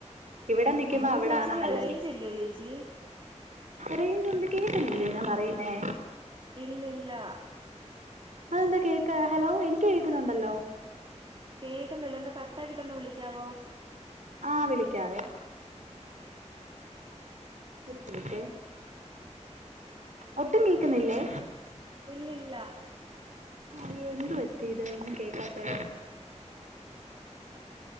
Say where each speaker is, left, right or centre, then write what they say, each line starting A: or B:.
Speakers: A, on the right (about 80°); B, on the right (about 40°).
A: ഇവിടെ നിക്കുമ്പോ
B: ഹലോ
A: അവിട
B: ചേച്ചിക്ക്
A: ആണ നല്ല
B: റേഞ്ച് ഇല്ലയോ ചേച്ചി
A: റെയ്ജുണ്ട് കേക്ക്ന്നില്ലേ ഞാൻ പറയുന്നേ
B: ഇല്ലില്ല
A: അതെന്താ കേക്ക് ഹലോ എനിക്ക് കേൾക്കുന്നുണ്ടല്ലോ
B: കേക്ക്ന്ന്ല്ല ഒന്ന് കട്ടാക്കിയിട്ട് ഒന്ന് വിളിക്കാവോ
A: ആഹ് വിളിക്കാവേ ഒരു മിനിറ്റെ ഒട്ടും കേക്കുന്നില്ലേ
B: ഇല്ല ഇല്ല
A: അയ്യോ എന്ത് പറ്റി ഇത് ഒന്നും കേക്കാത്തെ
B: <inaudible>